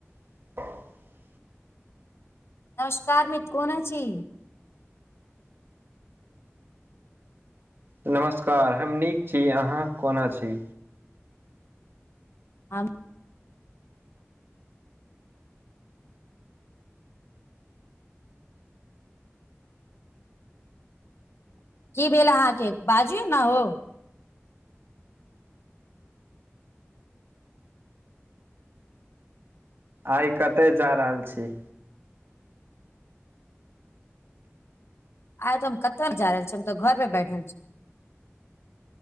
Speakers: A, on the right (about 55°); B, on the left (about 60°).
A: <inaudible>
B: नमस्कार मित्र, कोना छी?
A: नमस्कार, हम नीक छी। अहाँ कोना छी?
B: हम की भेल अहाँकेँ? बाजिऔ ने हो।
A: आइ कतय जा रहल छी?
B: आइ तऽ हम कतहु नहि जा रहल छी। हम तऽ घरपर बैठल छी।